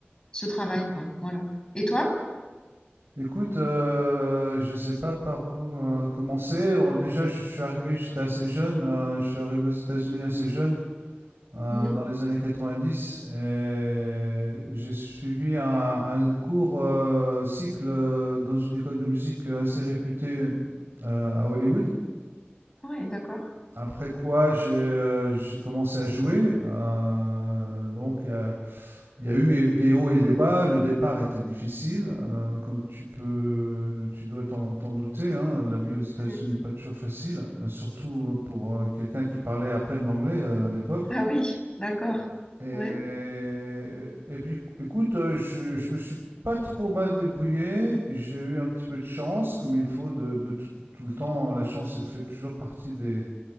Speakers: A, on the left; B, on the right.
A: ce travail, quoi. Voilà. Et toi?
B: Écoute, euh, je ne sais pas par où euh, commencer. Bon, déjà, je suis arrivé, j'étais assez jeune. euh, je suis arrivé aux États-Unis assez jeune. euh,
A: Mhm.
B: dans les années 90 et j'ai suivi un, un court euh, cycle euh, dans une école de musique assez réputée euh, à Hollywood.
A: Oui, d'accord.
B: Après quoi, j'ai euh, j'ai commencé à jouer. Euh, donc, il y a, il y a eu des hauts et des bas. Le départ était difficile, euh, comme tu peux, tu dois t'en t'en douter. hein. La vie aux États-Unis
A: Mm.
B: n'est pas toujours facile, euh, surtout euh, pour euh, quelqu'un qui parlait à peine l'anglais euh, à l'époque.
A: Ah oui, d'accord.
B: Et,
A: Ouais.
B: et puis, écoute, euh, je, je me suis pas trop mal débrouillé. J'ai eu un petit peu de chance, comme il faut de, de tout, tout le temps. La chance fait toujours partie des,